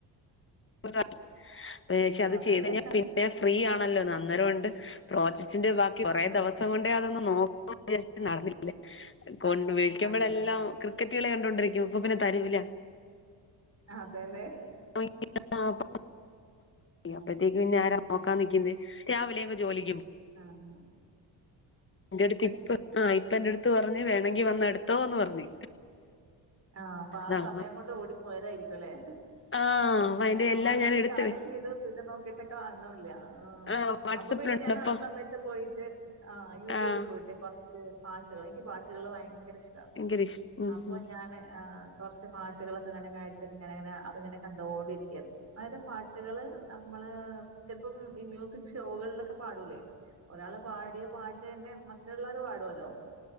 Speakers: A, on the left; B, on the right.
A: <unintelligible> അത്
B: അതെല്ലേ
A: ചെയ്ത് കഴിഞ്ഞാ പിന്നെ ഫ്രീ ആണ്. <unintelligible> അന്നേരമുണ്ട് പ്രൊജ ബാക്കി
B: ആ
A: കുറെ
B: ആ
A: ദിവസം കൊണ്ട് അതെന്ന് നോക്കാന്ന് വിചാരിച്ചിട്ട് നടന്നില്ല കൊണ്ട് വിളിക്കുമ്പോഴെല്ലാം
B: അതെല്ലേ
A: ക്രിക്കറ്റുകളി കണ് കൊണ്ടിരിക്കും ഇപ്പൊ പിന്നെ തരുല
B: അതെല്ലേ?
A: <unintelligible>
B: ആ,
A: അപ്പഴത്തേക്ക് പിന്നെ ആരാ നോക്കാൻ നിക്കുന്നേ രാവിലെ അങ്ങ് ജോലി
B: ആഹ്
A: എന്റെ അടുത്ത് ഇപ്പ ആഹ് എന്റെ അടു എത്ത് പറഞ്ഞ് വേണെങ്കി വന്ന് എടുത്തോന്ന് പറഞ്ഞ്.
B: ആഹ് പ്പൊ ആഹ്
A: നമ്മ
B: സമയം കൊണ്ട് ഓടി പോയതായിരിക്കും അല്ലേ?
A: ആഹ് അപ്പ അയിന്റെ
B: ഞാൻ
A: എല്ലാം
B: ഓൺലൈനിൽ
A: എടുത്ത്
B: കാണുകയും
A: വെ
B: ചെയ്തു പിന്നെ നോ കാണുണൂല്ല. ആ
A: ആഹ് വാട്സപ്പിലുണ്ടപ്പ
B: അപ്പൊ പിന്നെ ഞാൻ ആ സമയത്ത് പോയിട്ട് ആ യൂട്യൂബിൽ
A: ആഹ്
B: പോയിട്ട് കുറച്ച് പാട്ടുകൾ എനിക്ക് പാട്ടുകൾ ഭയങ്ക കര ഇഷ്ട
A: ഭയങ്കര ഇഷ് ഉം
B: അപ്പൊ
A: ഉം
B: ഞാന് ആ കുറച്ച് പാട്ടുകളൊക്കെ ങ്ങനെങ്ങനെ കേട്ട് ഇങ്ങനങ്ങനെ അതിങ്ങനെ കണ്ടുകോണ്ടിരിക്കയാണ്. അതായത് പാട്ടുകള് നമ്മള് ചെലപ്പം ഈ മ്യൂസിക് ഷോകളിലൊക്കെ പാടൂലേ ഒരാള് പാടിയ പാട്ട് തന്നെ മറ്റുള്ളവർ പാടുല്ലോ.